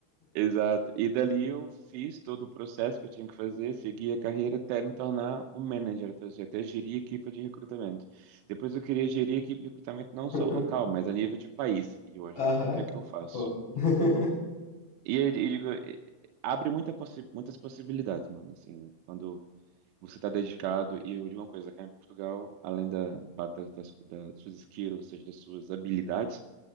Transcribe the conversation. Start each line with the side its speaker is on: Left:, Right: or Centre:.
Right: Exato. E dali eu fiz todo o processo que eu tinha que fazer, segui a carreira até me tornar um manager, ou seja, até gerir equipe de recrutamento. Depois eu queria gerir equipe de recrutamento não só
Left: <laughs>
Right: local, mas a nível de país. E hoje,
Left: Aham,
Right: o que é que eu faço?
Left: pô. <laughs>
Right: E eu eu digo, eh, abre muita possi- muitas possibilidades, mano. Assim, quando você está dedicado, e eu digo uma coisa, cá em Portugal, além da, da- das, das suas skills, ou seja, das suas habilidades,